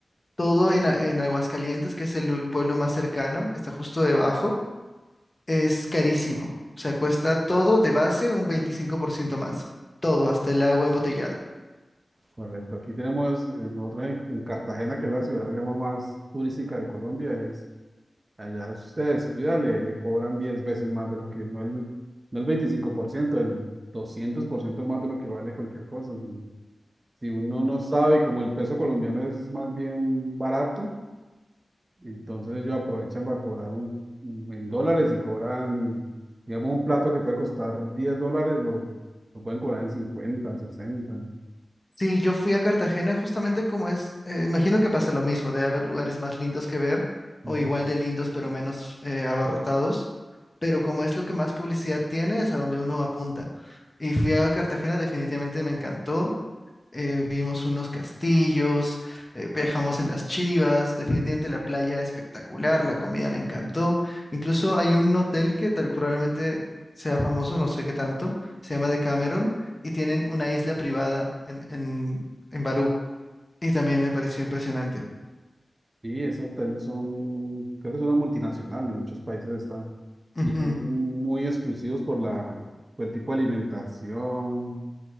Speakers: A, on the left; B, on the right.
A: todo en, A- en Aguascalientes, que es el, ul- pueblo más cercano, que está justo debajo, es carísimo. O sea, cuesta todo de base un 25% más. Todo, hasta el agua embotellada.
B: correcto. Aquí tenemos, eh, nosotros en, en Cartagena, que es la ciudad, digamos, más turística de Colombia, es, allá si usted descuida, le, le cobran 10 veces más de lo que, no el, no el 25%, el 200% más de lo que vale cualquier cosa. Si, si uno no sabe, y como el peso colombiano es más bien barato, Entonces ellos aprovechan para cobrar un, un- en dólares y cobran, digamos, un plato que puede costar 10 dólares, lo, lo pueden cobrar en cincuenta sesenta
A: Sí, yo fui a Cartagena justamente como es, eh, imagino que pasa lo mismo, debe haber lugares más lindos que ver o
B: Ujú.
A: igual de lindos pero menos eh, abarrotados, pero como es lo que más publicidad tiene es a donde uno apunta. Y fui a Cartagena, definitivamente me encantó, eh, vimos unos castillos, eh, viajamos en las chivas, definitivamente la playa espectacular, la comida me encantó. Incluso hay un hotel que tal- probablemente sea famoso, no sé qué tanto, se llama Decameron y tienen una isla privada en, en, en Barú y también me pareció impresionante.
B: Y esos hoteles son, creo que son una multinacional, en muchos países está,
A: Ujú.
B: y son muy exclusivos por la, por el tipo de alimentación,